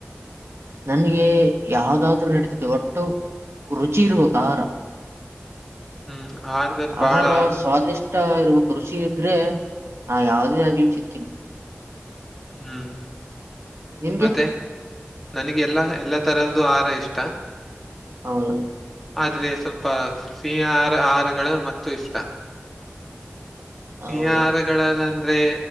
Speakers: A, on the right; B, in the centre.
A: ನನ್ಗೆ ಯಾವ್ದಾದ್ರೂ ನಡೀತೆತು ಒಟ್ಟು ರುಚಿ ಇರುಬೇಕು ಆಹಾರ.
B: ಹ್ಮ್. ಆಹಾರದಲ್ಲಿ ಬಾಳ
A: ಆಹಾರ ಸ್ವಾದಿಷ್ಟ ಇರಬೇಕು. ರುಚಿ ಇದ್ರೆ ನಾ ಯಾವದೇ ಆಗ್ಲಿ ತಿಂತೀನಿ.
B: ಹ್ಮ್
A: ನಿಮ್ಗೆ.
B: ಮತ್ತೆ ನನಗೆ ಎಲ್ಲಾ ಎಲ್ಲಾ ತರಹದ್ದು ಆಹಾರ ಇಷ್ಟ..
A: ಹೌದು.
B: ಆದ್ರೆ ಸ್ವಲ್ಪ ಸಿಹಿ ಆಹಾರ ಆಹಾರಗಳು ಮತ್ತು ಇಷ್ಟ. ಸಿಹಿ
A: ಹೌದಾ
B: ಆಹಾರಗಳಲ್ಲಿ ಅಂದ್ರೆ.